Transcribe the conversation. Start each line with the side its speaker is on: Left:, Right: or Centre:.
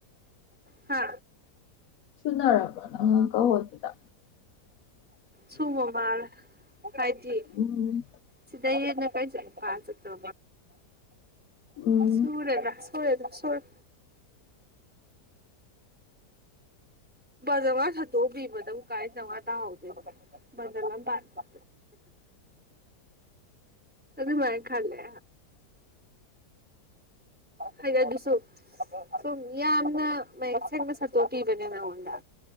Centre: ꯍꯥ
Left: ꯁꯨꯅꯔꯕ꯭ꯔꯣ ꯅꯪꯉꯥꯡꯀ ꯍꯣꯠꯕꯤꯗ
Centre: ꯁꯨꯃ ꯃꯥꯔ ꯍꯥꯏꯖꯤ
Left: ꯎꯝ
Centre: ꯁꯤꯗ ꯀꯩ ꯐꯥꯁ ꯇꯣ
Left: ꯎꯝ
Centre: ꯁꯨꯔꯦꯗ ꯁꯋꯗ ꯁꯣꯏ ꯖꯋꯥꯠꯇꯤ ꯃꯕꯨꯨ ꯀꯥꯏ ꯆꯉ ꯇ ꯍꯧꯗ ꯖ ꯑꯗꯨ ꯃꯥꯏ ꯈꯂꯦ ꯍꯥꯏꯗꯤ ꯑꯗꯨꯁꯨ ꯁꯨꯝ ꯌꯥꯝꯅ ꯃꯌꯦꯛ ꯁꯦꯡꯅ ꯁꯠꯇꯣꯛꯄꯤꯕꯅꯦ ꯅꯉꯣꯟꯗ